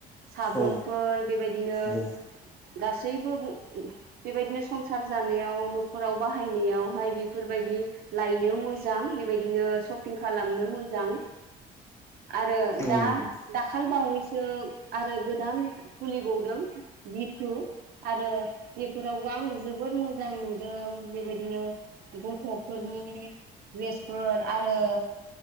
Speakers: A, on the right; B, on the left.
A: साबोनफोर
B: औ
A: बेबायदिनो
B: औ
A: गासैबो बेबायदिनो संसार जानायाव न'खराव बाहायनायावहाय बेफोरबायदि लायनो मोजां बेबायदिनो सपिं खालामनो मोजां आरो दा
B: औ नंगौ
A: दाखाल बावै जों आरो गोदान फुलिबावदों बिथथु आरो बेफोरावबो आं जोबोद मोजां नुदों बेबायदिनो गथ'फोरनि द्रेसफोर आरो